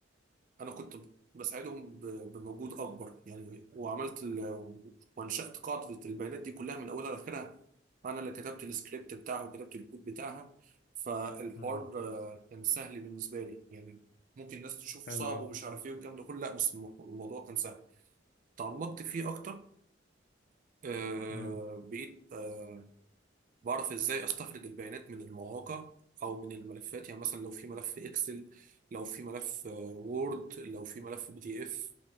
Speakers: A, on the right; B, on the left.
A: انا كنت بساعدهم ب- بمجهود اكبر يعني وعملت ال... وانشأت قاعدة البيانات دي كلها من اولها لاخرها انا اللي كتبت السكريبت بتاعها وكتبت الكود بتاعها فالحوار
B: امم
A: آه، كان سهل بالنسبة لي يعني ممكن الناس تشوف
B: حلو
A: صعب
B: أوي
A: ومش عارف ايه والكلام ده كله لا بس الموضوع كان سهل تعمقت فيه اكتر آه،
B: أمم،
A: بقيت آه، بعرف ازاي استخرج البيانات من المواقع او من الملفات يعني مثلا لو في ملف اكسل لو في ملف آه، وورد لو في ملف بي دي اف